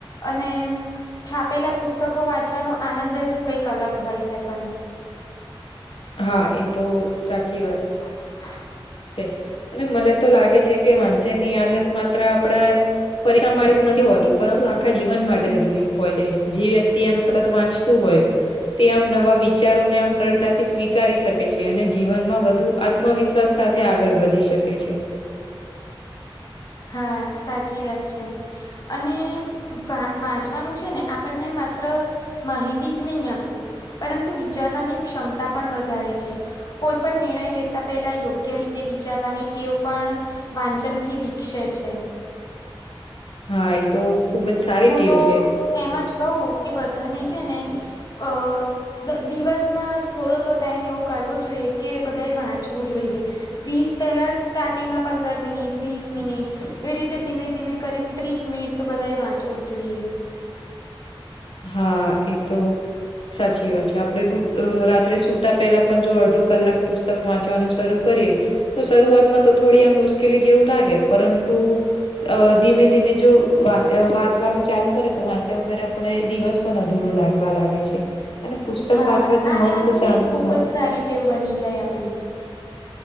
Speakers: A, on the left; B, on the left.
A: અને છાપેલા પુસ્તકો વાંચવાનો આનંદ જ કંઈક અલગ હોય છે પણ
B: હા એ તો સાચી વાત
A: હા <unintelligible>
B: છે અને મને તો લાગે છે કે વાંચનની આદત માત્ર આપડે પરીક્ષા માટે જ નથી હોતી પરંતુ આખા જીવન માટે જરૂરી હોય છે. જે વ્યક્તિ એમ સતત વાંચતું હોય. તે આમ નવા વિચારોને આમ સરળતાથી સ્વીકારી શકે છે અને જીવનમાં વધુ આત્મવિશ્વાસ સાથે આગળ વધી શકે છે.
A: હા સાચી વાત છે. અને વા વાંચવાનું છે ને આપણ ને માત્ર માહિતી જ ની આપતું પરંતુ વિચારવાની ક્ષમતા પણ વધારે છે. કોઈ પણ નિર્ણય લેતા પેલા યોગ્ય રીતે વિચારવાની તેવ પણ વાંચન થી વી છે છે
B: હા એ તો ખુબ જ સારી
A: હું
B: ટેવ
A: તો
B: છે
A: એમાં જ કહું કે બધાને છે ને અ દિવસમાં થોડો તો ટાઈમ એવો કાઢવો જોઈએ કે બધાએ વાંચવું જોઈએ વીસ પહેલા સ્ટાર્ટિંગમાં પંદર મિનિટ વીસ મિનિટ એવી રીતે ધીમે ધીમે કરીને ત્રીસ મિનિટ તો બધાએ વાંચવ જ જોઈએ
B: હા એ તો સાચી વાત છે આપડે રાત્રે સુતા પહેલા પણ જો અડધો કલાક પણ પુસ્તક વાંચવાનું શરૂ કરીએ તો શરૂઆતમાં તો થોડી આમ મુશ્કેલ મુશ્કેલી જેવું લાગે પરંતુ અ ધીમે ધીમે જો વા વાંચવાનું ચાલુ કરે તો વાંચ્યા વગરે આપણે દિવસ પણ અધૂરો લાગવા લાગે છે. અને પુસ્તક
A: હા
B: વાંચવાથી
A: આ
B: મન
A: આ
B: તો
A: છે
B: શાંત
A: ને એક ખુબ
B: મ-
A: જ સારી ટેવ બની જાય આપડી.